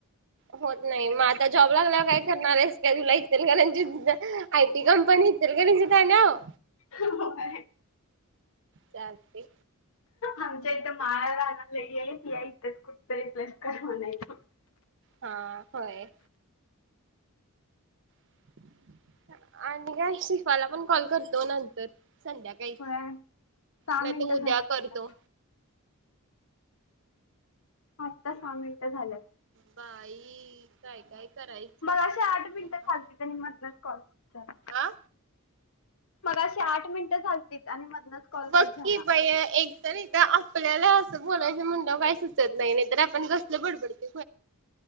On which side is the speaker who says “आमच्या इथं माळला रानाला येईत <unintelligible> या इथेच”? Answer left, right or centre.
Left